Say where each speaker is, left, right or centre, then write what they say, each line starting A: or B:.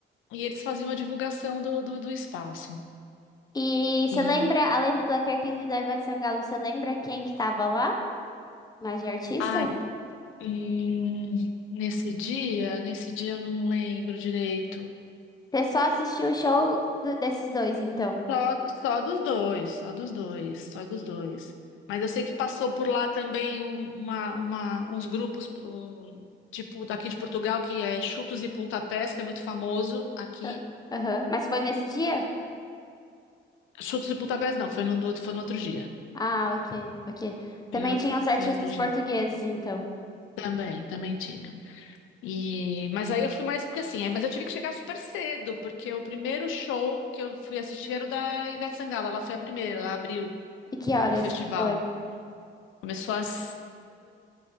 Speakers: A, on the left; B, on the left.
A: e eles faziam a divulgação do, do, do espaço.
B: E você
A: E,
B: lembra, além do Black Eyed Peas e da Ivete Sangalo, você lembra quem que tava lá? Mais de artista?
A: ai, hum, nesse dia, nesse dia eu não lembro direito.
B: Você só assistiu o show do- desses dois, então.
A: Só, do- só dos dois, só dos dois, só dos dois. Mas eu sei que passou por lá também um- uma, uma- uns grupos, um, tipo daqui de Portugal, que é Chutos e Pontapés, que é muito famoso aqui.
B: Ah, Aham. Mas foi nesse dia?
A: Chutos e Pontapés não, foi no, do- foi no outro dia.
B: Ah, ok, ok. Também
A: Foi em outro,
B: tinha os artistas
A: foi em outro dia.
B: portugueses, então.
A: Também, também tinha. E, mas aí eu fui mais porque assim, aí- mas eu tive que chegar super cedo, porque o primeiro show que eu fui assistir era o da Ivete Sangalo, ela foi a primeira, ela abriu
B: E que
A: o,
B: horas
A: o festival.
B: que foi?
A: Começou às